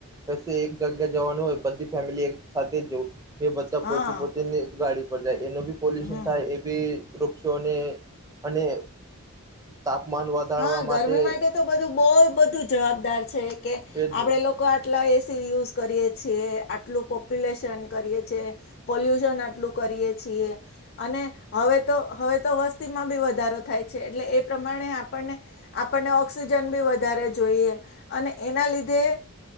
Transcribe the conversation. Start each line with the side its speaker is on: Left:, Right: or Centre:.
Right: કસે એક જગ્યા જવાનું હોય બધી ફેમિલી એક સાથે જ જોવું એ બધા
Left: હા
Right: પોતે પોતેની ગાડી પર જાય એનો ભી પલ્યુશન
Left: હમ
Right: થાય એભી વૃક્ષોને અને તાપમાન વધારવા
Left: હા
Right: માટે
Left: ગરમી તો બધું બહુ, બધું જવાબદાર છે કે,
Right: એજ
Left: આપડે
Right: ને
Left: લોકો આટલા યુઝ કરીએ છીએ, આટલું પોપ્યુલેશન કરીએ છે, પોલ્યુશન આટલું કરીએ છીએ, અને હવે હવે તો વસ્તીમાં ભી વધારો થાય છે, એટલે એ પ્રમાણે આપ આપણને આપણને ઓક્સિજન ભી વધારે જોઈએ અને એના લીધે